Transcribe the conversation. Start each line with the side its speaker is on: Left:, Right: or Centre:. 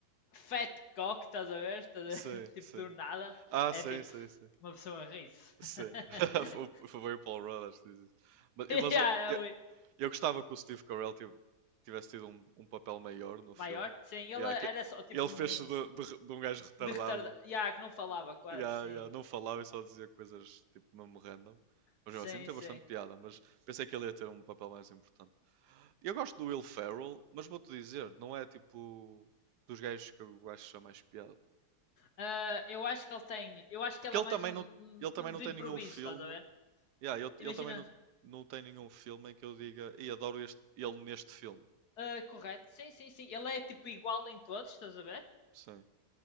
Left: fat cock, estás a ver? Estás
Right: Sim,
Left: a- <laughs> Tipo,
Right: sim.
Left: do nada,
Right: Ah,
Left: é
Right: sim,
Left: tipo,
Right: sim, sim.
Left: uma pessoa ri-se. <laughs>
Right: Sim. <laughs> Foi foi o Paul Rudd, acho que diz isso. Mas, mas
Left: yeah,
Right: o-
Left: é o
Right: Eu gostava que o Steve Carell tiv- tivesse tido um, um papel maior no filme.
Left: maior? Sim, ele
Right: Yeah, que-
Left: era só tipo
Right: ele
Left: um
Right: fez-se de, de de um gajo retardado.
Left: de retardado. Yeah, que não falava quase,
Right: Yeah,
Left: sim.
Right: yeah, não falava e só dizia coisas tipo mesmo random. Mas
Left: Sim,
Right: mesmo assim tem
Left: sim.
Right: bastante piada, mas pensei que ele ia ter um papel mais importante. Eu gosto do Will Ferrell, mas vou-te dizer, não é tipo dos gajos que eu acho a mais piada.
Left: Ah, eu acho que ele tem. Eu acho que
Right: Porque
Left: ele
Right: ele
Left: é mais
Right: também
Left: um,
Right: não,
Left: um,
Right: ele também
Left: um
Right: não
Left: de
Right: tem
Left: improviso,
Right: nenhum filme.
Left: estás a ver?
Right: Yeah, ele,
Left: Imagina.
Right: ele também não, não tem nenhum filme em que eu diga e adoro este, ele neste filme.
Left: ah, correto. Sim, sim, sim. Ele é tipo igual em todos, estás a ver?
Right: Sim.